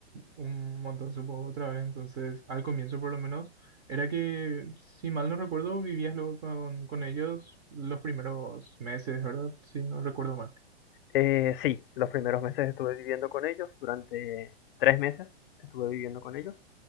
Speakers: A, on the right; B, on the left.
A: un montón, supongo, otra vez. Entonces, al comienzo por lo menos, era que, si mal no recuerdo, vivías luego con, con ellos los primeros meses, ¿verdad? Si no recuerdo mal.
B: Eh, sí, los primeros meses estuve viviendo con ellos, durante tres meses estuve viviendo con ellos.